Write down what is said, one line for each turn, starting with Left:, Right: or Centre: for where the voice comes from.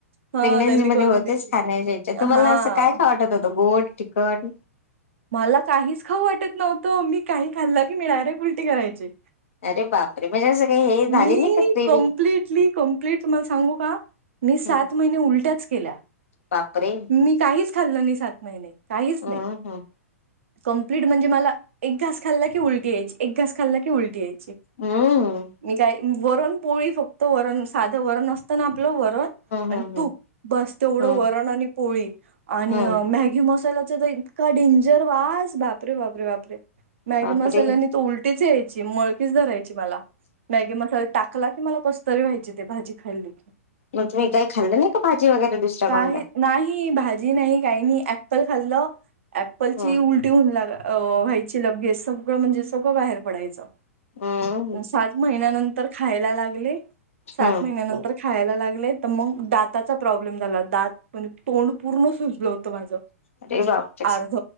Right: हा
Left: प्रेग्नेन्सी
Right: त्यांनी करून
Left: मध्ये होतेच
Right: दिली
Left: खाण्याच्या इच्छा. तुम्हाला
Right: हा
Left: असं काय खावं वाटत होतं गोड? तिखट
Right: मला काहीच खाऊ वाटत नव्हतं मी काही खाल्लं की नाही मी डायरेक्ट उलटी करायचे.
Left: अरे बापरे. <unintelligible> हे सगळे हे झाली
Right: मी
Left: नाही का क्रेविंग
Right: कंप्लिटली कंप्लीट तुम्हाला सांगू का? मी सात
Left: हम्म
Right: महिने उलट्याच केल्या.
Left: बापरे.
Right: मी काहीच खाल्ल नाही, सात महिने काहीच
Left: हम्म
Right: नाही.
Left: हम्म
Right: कंप्लीट म्हणजे मला एक घास खाल्ला की उलटी यायच एक घास खाल्ला की उलटी याय
Left: हम्म
Right: <unintelligible> मी काय वरण पोळी फक्त वरण साधं वरण असतं ना आपलं वरण आणि
Left: हम्म हम्म हम्म
Right: तू बस तेवढं
Left: हम्म
Right: वरण आणि पोळी आणि.
Left: हम्म
Right: मॅगी मसाल्याचा तर इतका डेंजर वास बापरे बापरे बापरे. मॅगी
Left: बापरे
Right: मसाल्याने त उलटीच यायची मळकीच धरायची मला मॅगी मसाला टाकला की मला तरी व्हायचे ते भाजी खाईल देखील.
Left: मग तुम्ही काही खाल्लं नाही का, भाजी वगैरे दुसऱ्या
Right: काही
Left: कोणत्या?
Right: नाही भाजी नाही काही नाही ऍप्पल खाल्लं ऍप्पलची
Left: हम्म
Right: उल उलटी मला व्हायची लगेच सगळं म्हणजे सगळं बाहेर पडायचं,
Left: हम्म
Right: अ सात. महिन्यानंतर खायला लागले
Left: हम्म
Right: सात महिनंतर खायला लागले तर मग दातचा प्रॉब्लेम झाला दात पण तोंड पूर्ण सुजलं होत माझं,
Left: अरे बापरे
Right: अर्ध.